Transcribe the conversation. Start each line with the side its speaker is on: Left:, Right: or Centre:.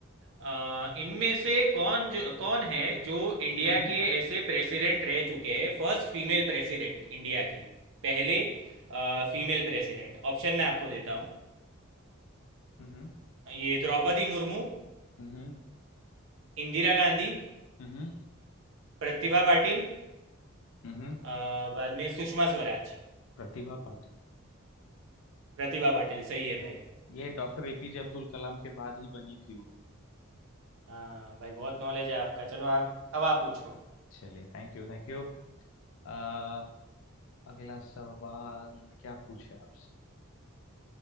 Right: अ, इनमें से कौन जो कौन है जो इंडिया
Left: हम्म
Right: के ऐसे प्रेसिडेंट रह चुके हैं फर्स्ट फीमेल प्रेसिडेंट इंडिया के पहले फीमेल प्रेसिडेंट ऑप्शन मैं आपको देता हूँ
Left: हम्म
Right: ये द्रौपदी मुर्मू
Left: हम्म
Right: इंदिरा गांधी
Left: हम्म
Right: प्रतिभा पाटिल
Left: हम्म हम्म,
Right: आ, बाद में सुषमा स्वराज
Left: प्रतिभा पाटिल
Right: प्रतिभा पाटिल सही है भाई
Left: ये डॉक्टर एपीजे अब्दुल कलाम के बाद ही बनी थी वो
Right: हाँ भाई बहुत नॉलेज है आपका चलो आप अब आप पूछो
Left: चलिए थैंक यू थैंक यू आ, अगला सवाल क्या पूछे आपसे